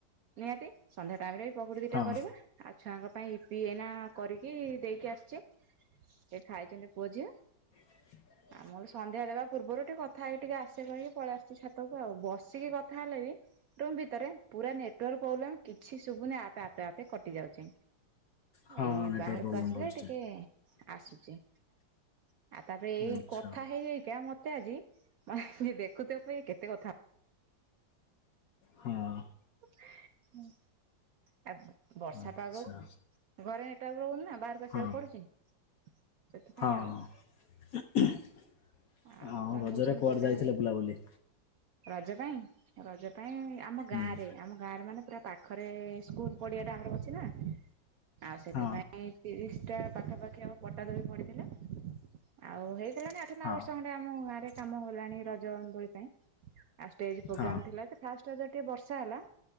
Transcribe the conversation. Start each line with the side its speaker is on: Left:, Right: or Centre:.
Right: ନିହାତି ସନ୍ଧ୍ୟା ଟାଇମ ରେ ବି ପକୁଡି ଦିଟା
Left: ହଁ
Right: କରିବା ଆଉ ଛୁଆ ଙ୍କର ପାଇଁ ଇ ପି ଏଇନା କରିକି ଦେଇକି ଆସିଚି ଏ ଖାଇଛନ୍ତି ପୁଅ ଝିଅ।
Left: ହ <unintelligible>
Right: ଆମର ସନ୍ଧ୍ୟା ଦେବା ପୂର୍ବରୁ ଟି କେ କଥା ହେଇକି ଟିକେ ଆସେ କହିକି ପଳେଇ ଆସୁଛି ଛାତକୁ। ଆଉ ବସିକି କଥା ହେଲେ ବି ରୁମ ଭିତରେ ପୁରା ନେଟାର୍କ ପ୍ରୋବ୍ଲେମ୍ କିଛି ଶୁବୁନି ଆପେ ଆପେ ଆପେ କଟି ଯାଉଛି।
Left: ହଁ
Right: ଏଇ
Left: ନେଟୱାର୍କ
Right: ବାହାରକୁ
Left: ପ୍ରୋବ୍ଲେମ୍
Right: ଆସିଲେ
Left: ରହୁଛି
Right: ଟିକେ ଆସୁଛି ଆଉ ତାପରେ
Left: ଟିକେ
Right: ଏଇ
Left: ଆଚ୍ଛା
Right: କଥା ହେଇ ହେଇକା ମତେ ଆଜି ଯିଏ ଦେଖୁଥିବ କହିବ ଇଏ କେତେ କଥା
Left: ହଁ
Right: <unintelligible> ହୁଁ। ଆ ବର୍ଷା
Left: ଆଚ୍ଛା
Right: ପାଗ ଓ ଘରେ ନେଟୱର୍କ ରହୁନି ନା ବା ବସିବାକୁ
Left: ହଁ
Right: ପଡୁଛି ସେଥିପାଇଁ
Left: ହଁ ହଁ
Right: ଆଉ।
Left: ଆଉ
Right: ଆଉ କଣ
Left: ରଜରେ
Right: କହୁଛନ୍ତି
Left: କୁଆଡେ
Right: ପଚାରନ୍ତୁ
Left: ଯାଇଥିଲେ ବୁଲାବୁଲି।
Right: ରଜ ପାଇଁ ରଜ ପାଇଁ ଆମ
Left: ହୁଁ
Right: ଗାଁ ରେ ଆମ ଗାଁରେ ମାନେ ପୁରା ପାଖରେ ସ୍କୁଲ ପଡିଆ ଟା ଆମର ଅଛି ନା ଆଉ ସେଥିପାଁଇ
Left: ହଁ
Right: ତିରିଶ ଟା ପାଖାପାଖି ଆମ ପଟା ଦୋଳି ପଡ଼ିଥିଲା। ଆଉ ହେଇଥିଲା ନା ଆଠ ନଅ
Left: ହଁ
Right: ବର୍ଷ ଖଣ୍ଡେ ଆମ ଗାଁରେ କାମ ହେଲାଣି ରଜ ଦୋଳି ପାଇଁ ଆଉ ଷ୍ଟେଜ ପ୍ରୋଗ୍ରାମ୍
Left: ହଁ
Right: ଥିଲା ଯେ ଫାଷ୍ଟ ଟିକେ ବର୍ଷା ହେଲା